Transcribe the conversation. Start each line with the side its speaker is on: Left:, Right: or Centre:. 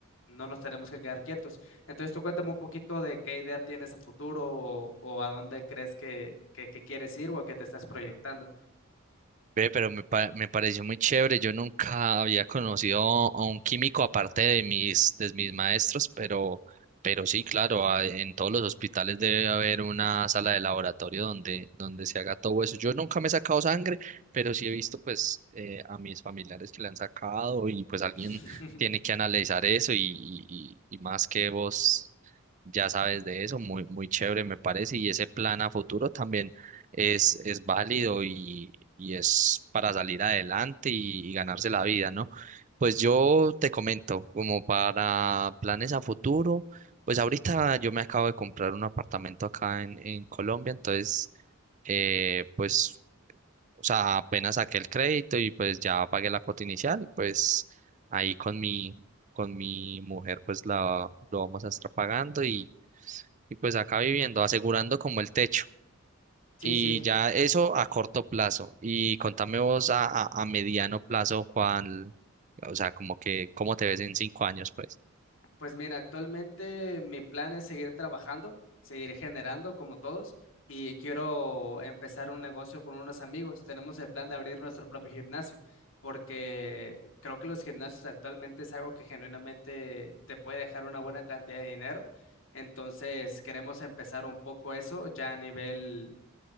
Left: no nos tenemos que quedar quietos. Entonces tú cuéntame un poquito de qué idea tienes a futuro o, o a dónde crees que, que, que quieres ir o a qué te estás proyectando.
Right: Ve, pero me, pa- me pareció muy chévere. Yo nunca había conocido a un químico aparte de mis, de mis maestros, pero, pero sí, claro, a- en todos los hospitales debe haber una sala de laboratorio donde, donde se haga todo eso. Yo nunca me he sacado sangre, pero sí he visto pues eh, a mis familiares que le han sacado y pues alguien
Left: <laughs>
Right: tiene que analizar eso y, y, y y más que vos ya sabes de eso, muy, muy chévere me parece y ese plan a futuro también es, es válido y es para salir adelante y, y ganarse la vida, ¿no? Pues yo te comento, como para planes a futuro, pues ahorita yo me acabo de comprar un apartamento acá en, en Colombia, entonces, eh, pues, o sea, apenas saqué el crédito y pues ya pagué la cuota inicial y pues ahí con mi, con mi mujer pues la, lo vamos a estar pagando y, y pues acá viviendo, asegurando como el techo.
Left: Sí,
Right: Y
Left: sí,
Right: ya eso a corto plazo. Y contame vos a, a, a mediano plazo, cuál, o sea, como que, ¿cómo te ves en cinco años, pues?
Left: Pues mira, actualmente mi plan es seguir trabajando, seguir generando como todos y quiero empezar un negocio con unos amigos. Tenemos el plan de abrir nuestro propio gimnasio porque creo que los gimnasios actualmente es algo que genuinamente te puede dejar una buena cantidad de dinero. Entonces queremos empezar un poco eso ya a nivel